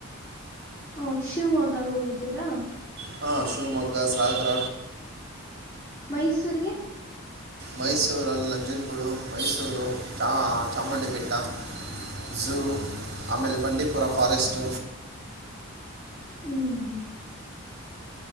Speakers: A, on the left; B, on the right.
A: ಓ ಶಿವಮೊಗ್ಗಗ ಹೋಗಿದ್ದೀರಾ
B: ಹಾ ಶಿವಮೊಗ್ಗ ಸಾಗರ
A: ಮೈಸೂರ್ಗೆ
B: ಮೈಸೂರುಲ್ಲಿ ನಂಜನಗೂಡು ಮೈಸೂರು ಚ ಚಾಮುಂಡಿಪೇಟ್ಟ ಝೂ ಆಮೇಲೆ ಬಂಡೀಪುರ ಫಾರೆಸ್ಟು
A: ಹ್ಮ್